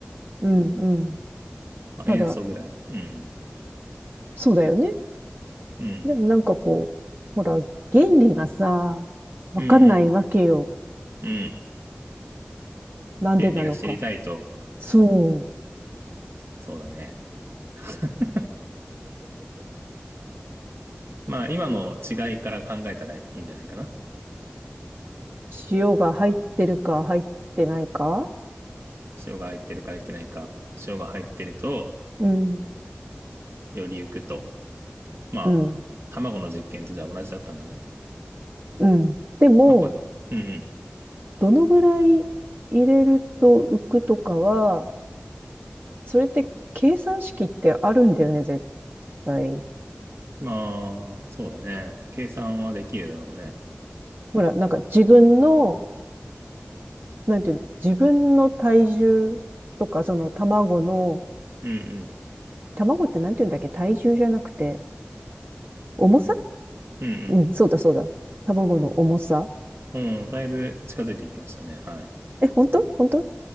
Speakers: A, on the right; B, on the right.
A: うん、うん。
B: まあ、
A: ただ、
B: 塩素ぐらい。うん。
A: そうだよね。
B: うん。
A: でもなんかこう、ほら、原理がさ、わかんないわけよ。
B: うんうん。うん。
A: なんでなのか。
B: 原理が知りたいと。
A: そう。
B: そうだね。<laughs> まあ、今の違いから考えたらいいんじゃないかな。
A: 塩が入ってるか入ってないか
B: 塩が入ってるか入ってないか。塩が入ってると、
A: うん、
B: より浮くと。まあ、
A: うん、
B: 卵の実験とじゃあ同じだったんだね。
A: うん。でも、
B: まあ、これ、うんうん。
A: どのぐらい入れると浮くとかは、それって計算式ってあるんだよね、絶対。
B: まあ、そうだね。計算はできるだろうね。
A: ほら、なんか自分の、なんていうの、自分の体重とか、その卵の、
B: うんうん。
A: 卵ってなんていうんだっけ、体重じゃなくて、重さ
B: うんうん
A: うん、そうだそうだ。卵の重さ。
B: うん、だいぶ近づいてきましたね。はい。
A: え、本当本当